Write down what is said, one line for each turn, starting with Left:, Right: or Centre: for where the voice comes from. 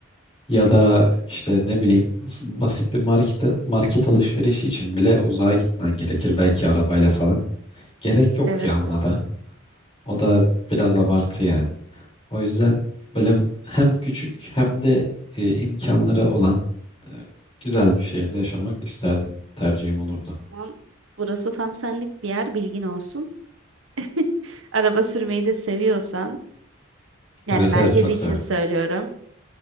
Left: Ya da işte ne bileyim s- basit bir market, market alışverişi için bile uzağa gitmen gerekir belki arabayla falan. Gerek yok
Right: Evet
Left: ya ona
Right: doğru.
Left: da. O da biraz abartı yani. O yüzden böyle hem küçük hem de e, imkanları olan e, güzel bir şehirde yaşamak isterdim. Tercihim olurdu.
Right: Tamam. Burası tam senlik bir yer bilgin olsun. <laughs> Araba sürmeyi de seviyorsan yani
Left: Evet
Right: merkezi
Left: evet çok
Right: için
Left: severim.
Right: söylüyorum.